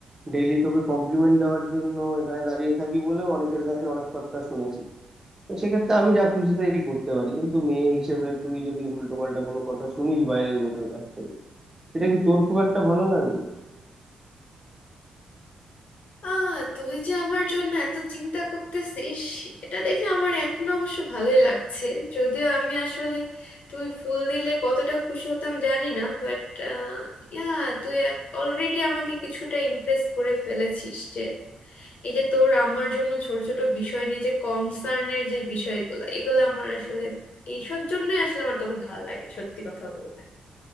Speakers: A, on the right; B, on the left.
A: ডেইলি তোকে কমপ্লিমেন্ট দেওয়ার জন্য এখানে দাঁড়িয়ে থাকি বলেও অনেকের কাছে অনেক কথা শুনেছি তো সেক্ষেত্রে আমি যা খুশি তাই করতে পারি কিন্তু মেয়ে হিসেবে তুই যদি উল্টো পাল্টা কোনো কথা শুনিস বাইরের লোকের কাছ থেকে সেটা কি তোর খুব একটা ভালো লাগবে
B: আহ তুই যে আমার জন্য এত চিন্তা করতেছিস এটা দেখে আমার এখন অবশ্য ভালোই লাগছে যদিও আমি আসলে তুই ফুল দিলে কতটা খুশি হতাম জানি না বাট ইয়া তুই অলরেডি আমাকে কিছুটা ইমপ্রেস করে ফেলেছিস যে এই যে তোর আমার জন্য ছোট ছোট বিষয় নিয়ে যে কনসার্নের যে বিষয়গুলো এগুলো আমার আসলে এইসব জন্যই আসলে আমার তোকে ভালো লাগে সত্যি কথা বলতে